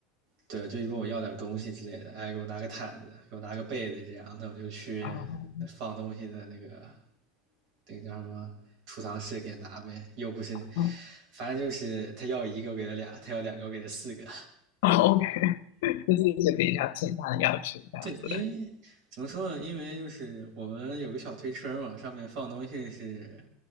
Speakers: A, on the right (about 55°); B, on the left (about 80°).
A: 对，就问我要点东西之类的，哎，给我拿个毯子，给我拿个被子，这样，那我就去
B: 啊
A: 放东西的那个那个叫什么储藏室给他拿呗，又不是，
B: 啊
A: 反正就是他要一个我给他俩，他要两个我给他四个。
B: 啊 o k <laughs> 就是一些比较简单的要求这样子。
A: 对，因为怎么说呢？因为就是我们有个小推车嘛，上面放东西是